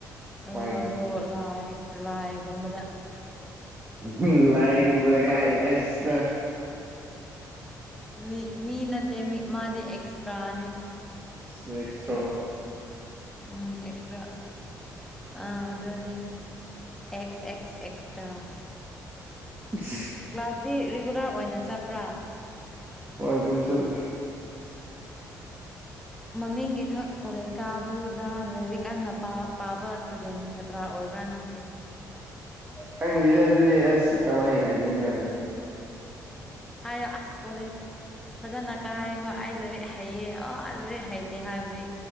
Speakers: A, in the centre; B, on the right (about 25°).
A: ꯔꯣꯅꯥꯜꯗꯣ
B: ꯍꯣꯏ
A: ꯂꯥꯏ ꯂꯥꯏꯒꯨꯝꯕꯗ
B: ꯎꯝ ꯂꯥꯏꯒꯨꯝꯕꯗ ꯀꯥꯏꯅ ꯑꯁ
A: ꯃꯤ ꯃꯤ ꯅꯠꯇꯦ ꯃꯤ ꯃꯥꯗꯤ ꯑꯦꯛꯁꯇ꯭ꯔꯥꯅꯦ
B: ꯁ꯭ꯅꯦꯛꯁ ꯊ꯭ꯔꯕꯣ <unintelligible>
A: ꯎꯝ ꯑꯦꯛꯁꯇ꯭ꯔꯥ ꯑꯥ ꯑꯗꯨꯅꯤ ꯑꯦꯛꯁ ꯑꯦꯛꯁ ꯑꯦꯛꯁꯇ꯭ꯔꯥ
B: ꯎ <unintelligible>
A: ꯀ꯭ꯂꯥꯁꯇꯤ ꯔꯤꯒꯨꯂꯔ ꯑꯣꯏꯅ ꯆꯠꯄ꯭ꯔꯥ
B: ꯍꯣꯏ ꯑꯗꯨꯝ ꯆꯠꯂꯦ
A: ꯃꯃꯤꯡꯒꯤ ꯈꯛ ꯀꯣꯂꯦꯖ ꯀꯥꯕꯗꯨꯗ ꯂꯥꯏꯔꯤꯛ ꯑꯟꯅ ꯄꯥꯕ ꯏꯁꯇꯨꯗꯦꯟ ꯇ꯭ꯔꯥ ꯑꯣꯏꯕ꯭ꯔꯥ ꯅꯪꯁꯦ
B: ꯈꯪꯉꯗ ꯑꯗꯨꯗꯤ ꯑꯁ ꯀꯃꯥꯏꯅ ꯍꯥꯏꯗꯣꯏꯅꯣ ꯍꯥꯏ
A: ꯍꯥꯏꯑꯣ ꯑꯁ ꯀꯣꯂꯦꯖ ꯐꯖꯅ ꯀꯥꯏ ꯍꯣꯏ ꯑꯩ ꯂꯥꯏꯔꯤꯛ ꯍꯩꯑ ꯑ ꯂꯥꯏꯔꯤꯛ ꯍꯩꯇꯦ ꯍꯥꯏꯕꯗꯤ